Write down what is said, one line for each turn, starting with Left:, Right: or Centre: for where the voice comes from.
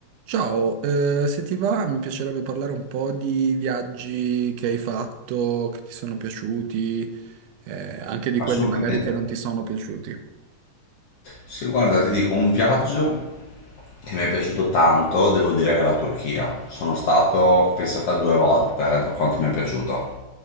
Right: Ciao, eh, se ti va mi piacerebbe parlare un po' di viaggi che hai fatto, che ti sono piaciuti, eh, anche di quelli
Left: Assolutamente.
Right: magari che non ti sono piaciuti.
Left: Se guarda, ti dico un viaggio che mi è piaciuto tanto, devo dire che è la Turchia. Sono stato, pensate, due volte, eh, da quanto mi è piaciuto.